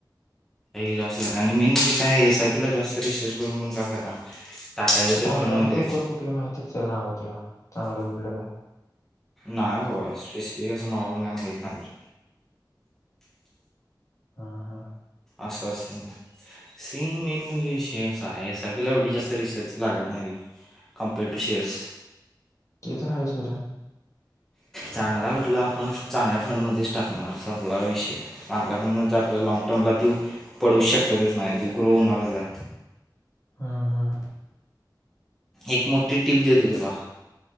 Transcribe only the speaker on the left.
ऑनलाईन
ब्रोकर कुठली माहितीच का नावं तुला चांगलं कुठलं का.
हा हा.
ते तर हाय जोर.
हम् हम